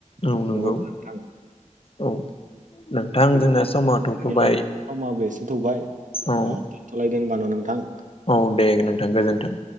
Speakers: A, on the left (about 45°); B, on the right (about 75°).
A: औ
B: नङा
A: नंगौ।
B: होनबा नोंथां
A: औ नोंथां
B: बिदिब्ला
A: जोंना समा थौथ'बाय
B: जोंनिया समाबो एसे थौबाय ओ
A: औ
B: दिनथ'लायदो होनबानो' नोंथां
A: औ दे नोंथां गोजोनथों।